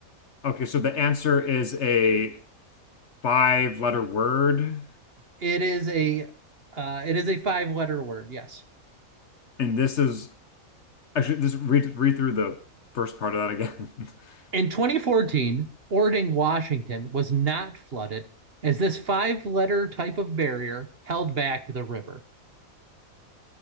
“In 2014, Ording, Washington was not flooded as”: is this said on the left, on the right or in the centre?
Right